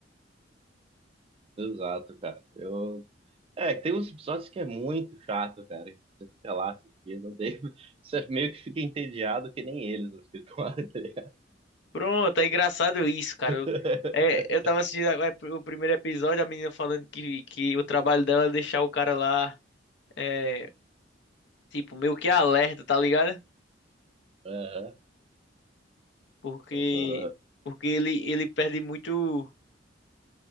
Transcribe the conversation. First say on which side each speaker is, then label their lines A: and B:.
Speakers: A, on the right; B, on the left.
A: Exato, cara. Eu... É, tem uns episódios que é muito chato, cara. que Você fica lá assistindo, daí <laughs> você meio que fica entediado que nem eles no escritório. tá ligado?
B: Pronto, é engraçado isso, cara.
A: <laughs>
B: Eu, é, eu tava assistindo é, o primeiro episódio, a menina falando que, que o trabalho dela é deixar o cara lá, é, tipo, meio que alerta, tá ligado?
A: Aham.
B: Porque,
A: aham. <laughs>
B: porque ele, ele perde muito.